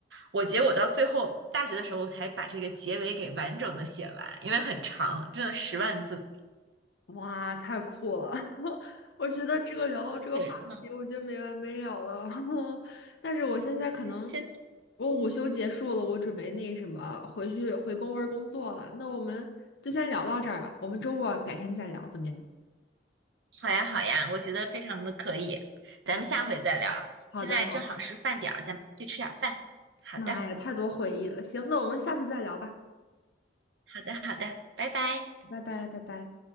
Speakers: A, on the right (about 75°); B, on the left (about 65°).
A: 我结果到最后大学的时候才把这个结尾给完整的写完，因为很长，真的十万字。
B: 哇，太酷了！<laughs> 我觉得这个聊到这个话题，
A: 对，嗯，
B: 我觉得没完没了了。<laughs> 但是我现在可能
A: 真的
B: 我午休结束了，我准备那什么回去回公文工作了。那我们就先聊到这儿吧，我们周末改天再聊，怎么样？
A: 好呀好呀，我觉得非常的可以，
B: 好的，
A: 咱们下回再聊。
B: 好的，
A: 现在正好是饭点儿，
B: 好的。
A: 咱们去吃点儿饭。好的，
B: 妈呀，太多回忆了。行，那我们下次再聊吧。
A: 好的，好的，拜拜。
B: 拜拜，拜拜。